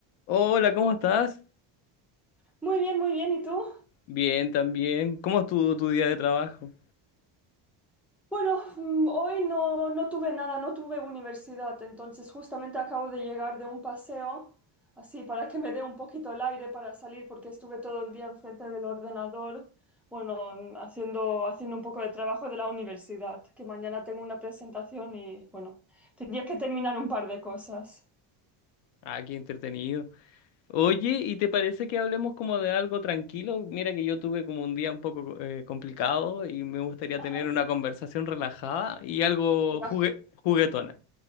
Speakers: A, on the left; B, in the centre.
A: Hola, ¿cómo estás?
B: Muy bien, muy bien. ¿Y tú?
A: Bien, también. ¿Cómo estuvo tu día de trabajo?
B: Bueno, mm, hoy no, no tuve nada, no tuve universidad, entonces justamente acabo de llegar de un paseo, así para que me dé un poquito el aire para salir, porque estuve todo el día enfrente del ordenador, bueno, mm, haciendo, haciendo un poco de trabajo de la universidad, que mañana tengo una presentación y bueno, tenía que terminar un par de cosas.
A: Ah, qué entretenido. Oye, ¿y te parece que hablemos como de algo tranquilo? Mira que yo tuve como un día un poco eh, complicado y me gustaría
B: Ajá.
A: tener una conversación relajada y algo
B: Era-
A: jugue- juguetona.